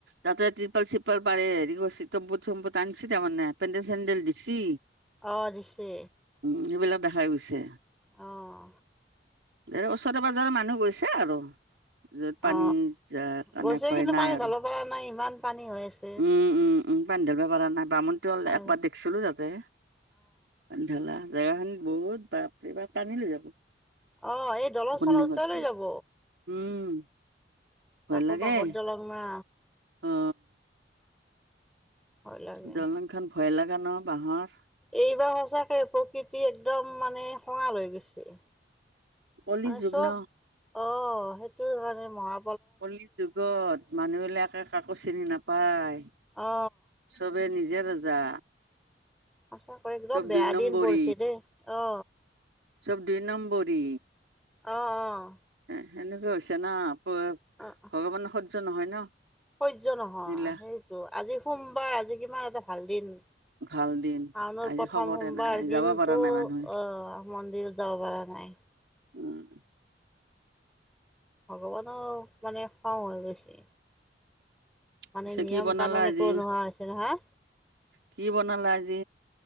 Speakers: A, on the right (about 85°); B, in the centre.
A: তাতে টিৰপাল চিলপাল পাৰে হেৰি কৰি তম্বুট চম্বুট আনিছে তাৰমানে পেণ্ডেল চেডেল দিছি
B: অঁ দিছে
A: উম সেইবিলাক দেখাই গৈছে
B: অঁ
A: এ ওচৰে পাজৰে মানুহ গৈছে আৰু যত
B: অ
A: পানী যা কাৰণে
B: গৈছে
A: ভয়
B: কিন্তু
A: নাই
B: পানী
A: আৰু
B: ঢালিব পৰা নাই ইমান পানী হয়ছ
A: উম উম উম পানী ধৰিবা পৰা নাই বামুণটো অল
B: অ
A: একবাৰ দেখছিলো তাতে ঢালা জেগা খিনিত বহুত বাপৰে বাপ টানী লৈ যাব
B: অ এই দলং
A: পত্নীকত
B: চলং ওটায় লৈ
A: গ'ল
B: যাব
A: উম ভয়
B: তাকো
A: লাগে
B: বাঁহৰ দলং না
A: অ
B: ভয় লাগে
A: দলং খন ভয় লগা ন বাঁহৰ
B: এইবাৰ সঁচাকে প্ৰকৃতি একদম মানে খঙাল হৈ গৈছে
A: কলি
B: মানে
A: যুগ
B: চব
A: ন
B: অ সেইটোৰ কাৰণে মহা
A: কলি যুগত মানুহ বিলাকে কাকো চিনি নাপায়
B: অ
A: চবে নিজে ৰজা
B: সঁচাকৈ একদম
A: চব
B: বেয়া
A: দুই নম্বৰী
B: দিন পৰিছে দেই অ
A: চব দুই নম্বৰি
B: অঁ অঁ
A: এ এনেকা হৈছে না আপ
B: অ অ
A: ভগৱানৰ সহ্য নহয় ন
B: হয্য নহয়
A: এইগিলা
B: সেইটো, আজি সোমবাৰ আজি কিমান এটা ভাল দিন।
A: ভাল দিন
B: শাওনৰ
A: আজি
B: প্ৰথম
A: খবৰে
B: সোমবাৰ,
A: নাই
B: কিন্তু
A: যাব পৰা নাই মানুহে
B: অহ মন্দিৰ যাব পৰা নাই।
A: উম'
B: ভগৱানক মানে খং হৈ গৈছে। মানে
A: পিছে
B: নিয়ম
A: কি বনালা
B: কানুন
A: আজি
B: একো নোহোৱা হৈছে নহয়।
A: কি বনালা আজি